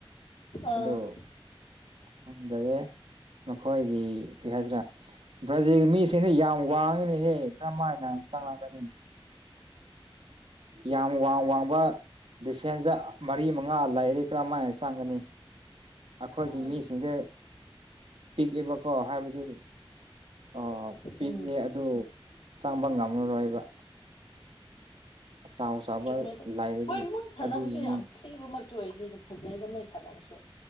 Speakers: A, on the left; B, on the right.
A: ꯑꯥ
B: ꯑꯗꯨ ꯈꯪꯗꯔꯦ ꯃꯈꯣꯏꯒꯤ ꯀꯔꯤ ꯍꯥꯏꯁꯤꯔꯥ ꯕ꯭ꯔꯥꯖꯤꯜ ꯃꯤꯁꯤꯡꯗꯤ ꯌꯥꯝ ꯋꯥꯡꯉꯤꯅꯤꯍꯦ ꯀꯔꯝ ꯍꯥꯏꯅ ꯆꯪꯉꯛꯒꯅꯤ ꯌꯥꯝ ꯋꯥꯡ ꯋꯥꯡꯕ ꯗꯤꯐꯦꯟꯁꯇꯥ ꯃꯔꯤ ꯃꯉꯥ ꯂꯩꯔꯗꯤ ꯀꯔꯝꯥꯏꯅ ꯆꯪꯒꯅꯤ ꯑꯩꯈꯣꯏꯒꯤ
A: ꯎꯝ
B: ꯃꯤꯁꯤꯡꯗꯤ ꯄꯤꯛꯑꯦꯕꯀꯣ ꯍꯥꯏꯕꯗꯤ ꯑꯥ ꯄꯤꯛꯑꯦ
A: ꯎꯝ
B: ꯑꯗꯨ ꯆꯪꯕ ꯉꯝꯃꯔꯣꯏꯕ ꯑꯆꯥꯎ ꯑꯆꯥꯎꯕ
A: ꯆꯨꯝꯃꯦ ꯑꯗꯣ
B: ꯂꯥꯏꯔꯗꯤ
A: ꯃꯣꯏ ꯃꯣꯏ ꯁꯥꯟꯅꯕꯁꯨ
B: ꯑꯗꯨꯒꯤꯅꯤ
A: ꯌꯥꯝ ꯊꯤꯕꯃꯛꯇꯤ ꯑꯣꯏꯗꯦ ꯑꯗꯨꯝ ꯐꯖꯩꯗ ꯃꯣꯏ ꯁꯥꯟꯅꯕꯁꯨ